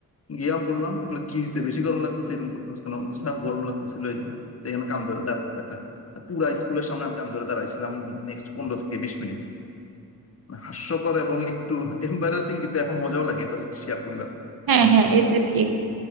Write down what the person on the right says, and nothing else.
হ্যাঁ
হ্যাঁ
এটা ঠিক